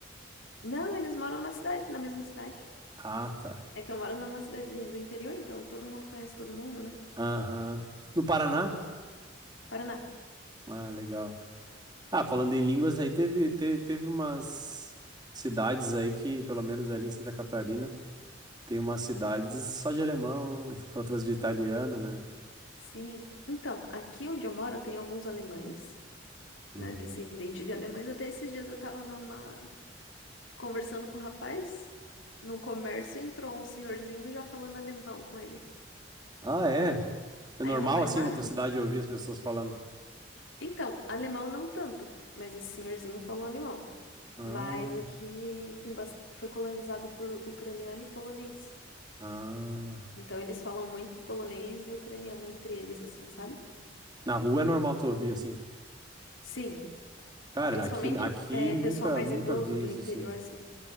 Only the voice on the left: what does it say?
Não, eles moram na cidade, na mesma cidade.
É que eu moro numa cidadezinha do interior, então todo mundo conhece todo mundo, né?
Paraná.
Sim. Então, aqui onde eu moro tem alguns alemães,
né? Descendente de alemães. Até esses dias eu tava numa... conversando com um rapaz num comércio e entrou um senhorzinho já falando alemão com ele.
Aí
o rapaz,
ah,
então, alemão não tanto, mas esse senhorzinho falou alemão.
Mas aqui tem bas... foi colonizado por ucraniano e polonês.
Então eles falam muito polonês e ucraniano entre eles, assim, sabe?
Sim,
principalmente
é,
pessoal mais
idoso
do
interior,
assim.